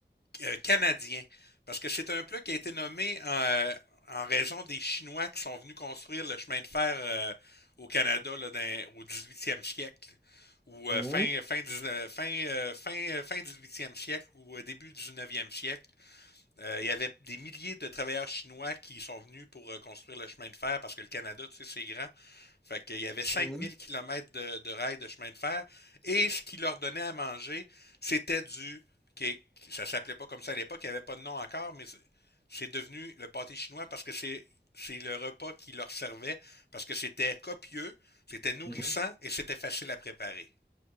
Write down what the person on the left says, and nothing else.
euh, canadien. Parce que c'est un plat qui a été nommé euh, en raison des Chinois qui sont venus construire le chemin de fer euh, au Canada là, dans- au 18e siècle ou
euh, fin fin 19 fin, euh, fin euh, fin 18e siècle ou euh, début 19e siècle. Euh, il y avait des milliers de travailleurs chinois qui sont venus pour euh, construire le chemin de fer parce que le Canada, tu sais, c'est grand. Fait qu'il y avait 5000
km de, de rails de chemin de fer. Et ce qui leur donnait à manger, c'était du. qui- qui- Ça s'appelait pas comme ça à l'époque, il n'y avait pas de nom encore, mais c'est- c'est devenu le pâté chinois parce que c'est c'est le repas qui leur servait, parce que c'était copieux, c'était nourrissant
et c'était facile à préparer.